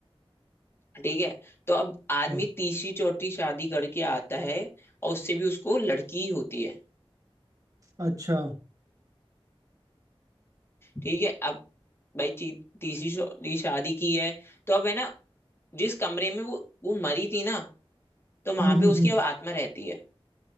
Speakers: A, on the left; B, on the right.
A: ठीक है तो अब आदमी
B: अच्छा
A: तीसरी चौथी शादी करके आता है और उससे भी उसको लड़की ही होती है
B: अच्छा
A: ठीक है अब भाई ती- तीसरी शो- शादी की है तो अब है ना जिस कमरे में वो वो मरी थी ना तो वहां
B: हम्म
A: पे
B: हम्म
A: उसकी
B: हम्म
A: अब आत्मा रहती है